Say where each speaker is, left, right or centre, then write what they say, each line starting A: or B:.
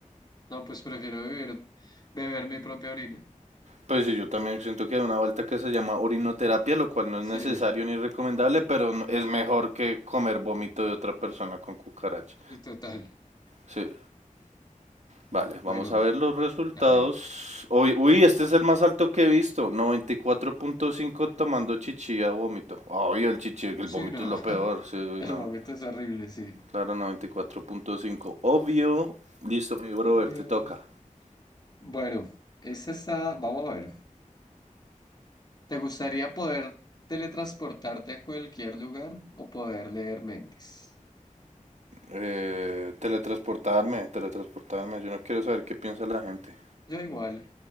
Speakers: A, on the left; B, on the right.
A: No, pues prefiero beber, beber mi propia orina.
B: Pues sí, yo también siento que hay una vuelta que se llama orinoterapia, lo cual no
A: Sí.
B: es necesario ni recomendable, pero no- es mejor que comer vómito de otra persona con cucaracha.
A: Sí, total.
B: Sí. Vale, vamos
A: Bueno,
B: a ver los resultados.
A: dale.
B: Uy, uy, este es el más alto que he visto. 94.5 tomando chichi a vómito. Obvio, el chichi, el
A: Sí,
B: vómito
A: no.
B: es lo
A: <laughs>
B: peor. Sí,
A: El
B: no.
A: momento es horrible, sí.
B: Claro, 94.5. Obvio. Listo, mi brother,
A: Obvio.
B: te toca.
A: Bueno, esta está. Vamos a ver. ¿Te gustaría poder teletransportarte a cualquier lugar o poder leer mentes?
B: Eh, teletransportarme, teletransportarme. Yo no quiero saber qué piensa la gente.
A: Yo igual.